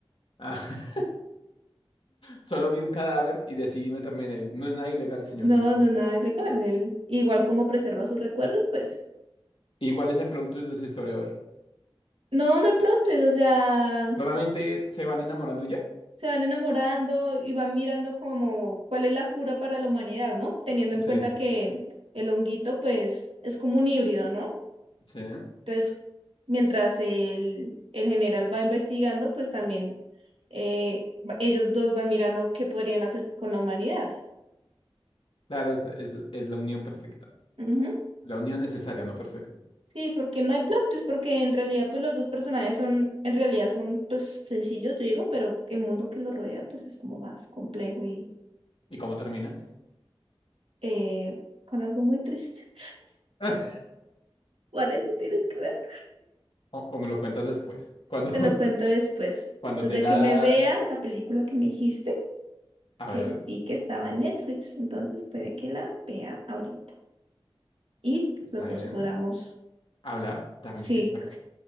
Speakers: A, on the left; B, on the right.
A: Ah, <laughs> solo vi un cadáver y decidí meterme en él. No es nada ilegal, señoría.
B: No, no es nada ilegal. Él, igual como preserva sus recuerdos, pues
A: ¿Y cuál es el plot twist de esa historia? A ver.
B: no, no hay plot twist, o sea...
A: Solamente se van enamorando y ya.
B: se van enamorando y van mirando como cuál es la cura para la humanidad, ¿no? Teniendo en
A: Sí,
B: cuenta que el honguito, pues, es como un híbrido, ¿no?
A: sí.
B: Entonces, mientras el, el general va investigando, pues también eh, va- ellos dos van mirando qué podrían hacer con la humanidad.
A: Claro, es, es, es la unión perfecta.
B: Ujú.
A: La unión necesaria, no perfecta.
B: Sí, porque no hay plot twist, porque en realidad, pues, los dos personajes son, en realidad son, pues, sencillos, yo digo, pero el mundo que los rodea, pues, es como más complejo y
A: ¿Y cómo termina?
B: eh, con algo muy triste.
A: <laughs>
B: Por eso tienes que ver.
A: O, o me lo cuentas después. Cuando,
B: Te lo cuento después.
A: <laughs> cuando
B: Después
A: tenga.
B: de que me vea la película que me dijiste,
A: A
B: que
A: ver,
B: vi que estaba en Netflix. Entonces puede que la vea ahorita. Y
A: está
B: los dos
A: bien.
B: podamos.
A: Hablar, dar
B: Sí.
A: un feedback.